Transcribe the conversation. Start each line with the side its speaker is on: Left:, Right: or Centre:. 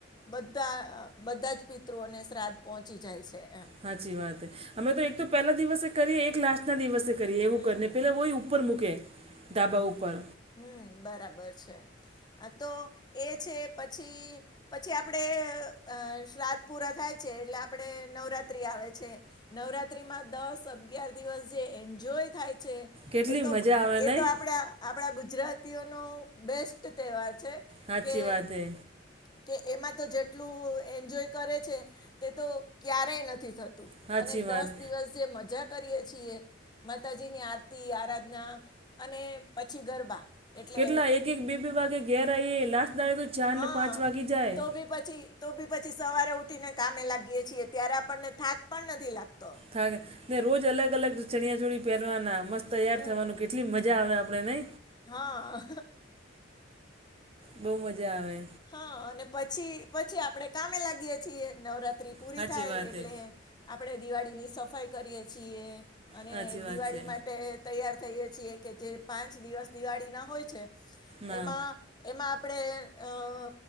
Left: બધા બધા જ પિતૃઓને શ્રાદ્ધ પહોંચી જાય છે એમ.
Right: હાચી વાત હ. અમે તો એક તો પેલા દિવસે કરીએ એક લાસ્ટના દિવસે કરીએ એવું
Left: હમ
Right: કરીને પેલો હોયુ ઉપર મૂકે ધાબા ઉપર.
Left: હમ્મ, બરાબર છે. હા તો એ છે પછી પછી આપડે અહ શ્રાદ્ધ પુરા થાય છે એટલે આપડે નવરાત્રિ આવે છે. નવરાત્રીમાં દસ, અગિયાર દિવસ જે એન્જોય થાય છે.
Right: કેટલી
Left: એ તો
Right: મજા આવે
Left: એ
Right: નહીં
Left: તો આપડા આપડા ગુજરાતીઓનો બેસ્ટ તહેવાર છે
Right: સાચી
Left: કે
Right: વાત હે
Left: કે એમાં તો જેટલું એન્જોય કરે છે તેતો ક્યારેય નથી થતું.
Right: સાચી
Left: અને દસ
Right: વાત
Left: દિવસ જે મજા કરીએ છીએ માતાજીની આરતી, આરાધના અને પછી ગરબા એટલે
Right: કેટલા એક-એક, બે-બે વાગે ઘેર આવીએ લાસ્ટ દાડે તો ચાર
Left: હા
Right: ને પાંચ વાગી જાય.
Left: તો બી પછી તો બી પછી સવારે ઉઠીને કામે લાગીએ છીએ ત્યારે આપણને થાક પણ નથી લાગતો.
Right: થગ ને રોજ અલગ અલગ ચણિયાચોળી પેરવાના મસ્ત તૈયાર
Left: હમ
Right: થવાનું કેટલી મજા આવે આપડે નઇ.
Left: હા.
Right: બોવ મજા આવે.
Left: હ અને પછી પછી આપડે કામે લાગીએ છીએ નવરાત્રી પૂરી
Right: સાચી
Left: થાય
Right: વાત
Left: એટલે
Right: છે
Left: આપડે દિવાડીની સફાઈ કરીએ છીએ અને
Right: સાચી વાત
Left: દિવાડી
Right: છે
Left: માટે તૈયાર થઈએે છીએ કે જે પાંચ દિવસ દિવાડીના હોય છે
Right: ના
Left: એમાં એમાં આપળે અહ